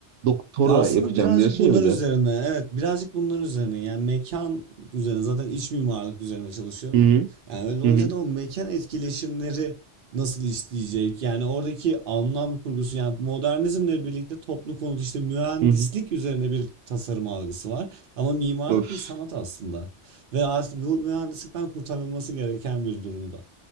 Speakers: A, on the right (about 85°); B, on the right (about 55°).
A: Doktora
B: Ya aslında
A: yapacağım
B: birazcık
A: diyorsun
B: bunlar
A: ya bir
B: üzerine,
A: de.
B: evet birazcık bunlar üzerine yani mekan üzerine zaten iç mimarlık üzerine çalışıyorum.
A: Hı hı
B: Yani öyle olunca
A: hı hı.
B: da o mekan etkileşimleri nasıl işleyecek? Yani oradaki anlam kurgusu yani modernizmle birlikte toplu konut işte mühendislik
A: hı hı.
B: üzerine bir tasarım algısı var. Ama mimarlık
A: Öf.
B: bir sanat aslında. Ve artık bu mühendislikten kurtarılması gereken bir durumda.